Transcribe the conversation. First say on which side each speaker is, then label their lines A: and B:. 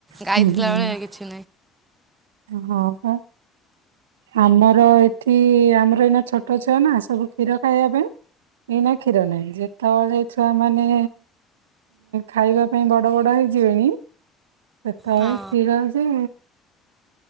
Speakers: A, on the right (about 20°); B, on the right (about 85°).
A: ଗାଇଥିଲା
B: ହୁଁ ହୁଁ
A: ବେଳେ କି
B: ହଁ ଆମର ଏଠି ଆମର ଏଇନା ଛୋଟ ଛୁଆ ନା ସବୁ କ୍ଷୀର ଖାଇବା ପାଇଁ ଏଇନା କ୍ଷୀର ନାହିଁ ଯେତେବେଳେ ଛୁଆ ମାନେ ଖାଇବା ପାଇଁ ବଡ ବଡ ହେଇଯିବେଣି। ସେତେବେଳେ
A: ହଁ
B: କ୍ଷୀର ଯେ।